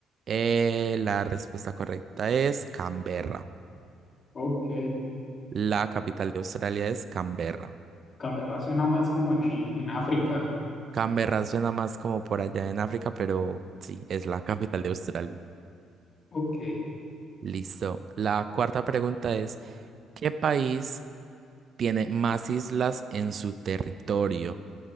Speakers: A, on the right; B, on the left.
A: Eh, la respuesta correcta es Canberra.
B: Ok.
A: La capital de Australia es Canberra.
B: Canberra suena más como en el, en África.
A: Canberra suena más como por allá en África, pero sí, es la capital de Australia.
B: Ok.
A: Listo. La cuarta pregunta es, ¿qué país Tiene más islas en su territorio.